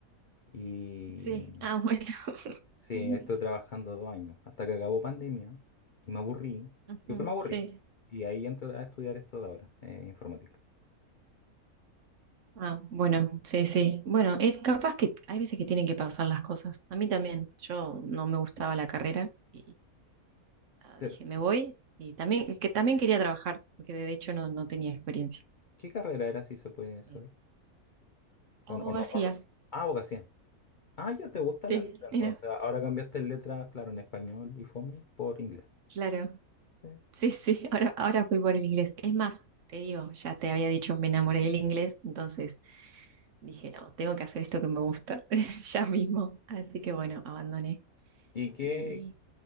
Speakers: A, on the left; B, on the right.
A: Y
B: sí, ah, bueno. <laughs>
A: sí, estoy trabajando dos años, hasta que acabó pandemia y me aburrí.
B: Ujú,
A: Igual me aburrí.
B: Sí.
A: Y ahí entré a estudiar esto de ahora, eh, informática.
B: Ah, bueno, sí, sí. Bueno, eh, capaz que hay veces que tienen que pasar las cosas. A mí también, yo no me gustaba la carrera y ah,
A: Pero,
B: dije, me voy. Y también, que también quería trabajar, porque de hecho no, no tenía experiencia.
A: ¿qué carrera era, si se puede saber?
B: Eh, abogacía,
A: O no, o no- o no- sé. Ah, abogacía. Ah, ya te gustan
B: sí,
A: las letras,
B: era,
A: entonces. Ahora cambiaste letras, claro, en español y fome por inglés.
B: claro.
A: Sí.
B: Sí, sí, <laughs> ahora, ahora fui por el inglés. Es más, te digo, ya te había dicho, me enamoré del inglés, entonces dije, no, tengo que hacer esto que me gusta <laughs> ya mismo. Así que bueno, abandoné.
A: ¿Y qué,
B: Y